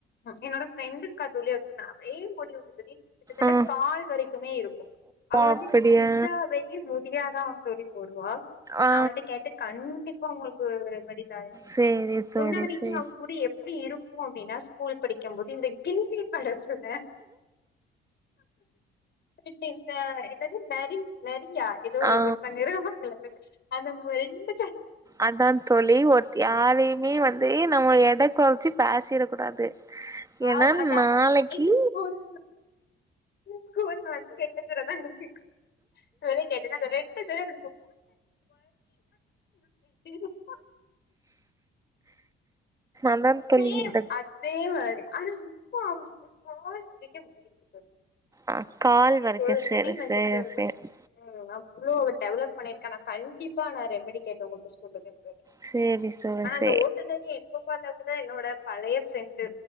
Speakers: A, on the left; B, on the right.
A: என்னோட ஃப்ரெண்டு இருக்கா தோழி அவுளுக்கு நெறயா முடி உண்டு தோழி
B: ஆ
A: ட கால் வரைக்குமே இருக்கு அவ
B: ஓ
A: வந்து
B: அப்படியா
A: இந்த <unintelligible> முடியா தான் தோழி போ துவா
B: ஆ
A: நா அவள்ட்ட கேட்டு கண்டிப்பா உங்களுக்கு ஒரு ரெமிடிதாயே
B: சேரி தோழி
A: முன்னாடி
B: சேரி
A: அவ முடி எப்டி இருக்கு அப்டினா ஸ்கூல் படிக்கும்போது இந்த கில்லி படத்துல எப்டி இந்த என்னது நரி ந ரியா எதோ ஒரு
B: ஆ
A: ஒருத்தங்க இருப்பாங்கல்ல அந்த மா ரெண்டு ஜட
B: அதான் தோழி ஒருத்தி யாரையுமே வந்து நம்ம எட குறச்சு பேசிட கூடாது ஏன்னா
A: ஆவ் அதாவது
B: நாளைக்கி
A: எங்க ஸ்கூல் ஸ்கூல் வந்து ரெட்ட ஜடதா <unintelligible> ரெட்ட ஜட <unintelligible>
B: அதா
A: சேம்
B: தோழி இந்த
A: அதே மாரி ஆனா இப்போ அவுளுக்கு கால் வரைக்கு முடியிருக்கு தோழி
B: ஆ கால்
A: என்ன
B: வரைக்கு
A: சொல்றுதுனே
B: சேரி
A: எனக்கு
B: சேரி
A: தெர்ல
B: சேரி
A: ம் அவ்ளோ டெவலப் பண்ணிருக்க நா கண்டிப்பா நா ரெமிடி கேட்டு உங்களுக்கு சொல்லுவ
B: சேரி தோழி சேரி
A: அந்த ஓட்டு நரிய இப்ப பாத்தா கூட என்னோட பழய ஃப்ரெண்டு